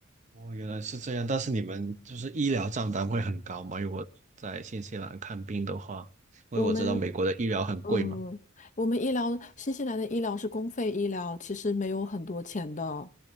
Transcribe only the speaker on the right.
哦，原来是这样，但是你们就是医疗账单会很高吗？如果在新西兰看病的话，因为我知道美国的医疗很贵嘛。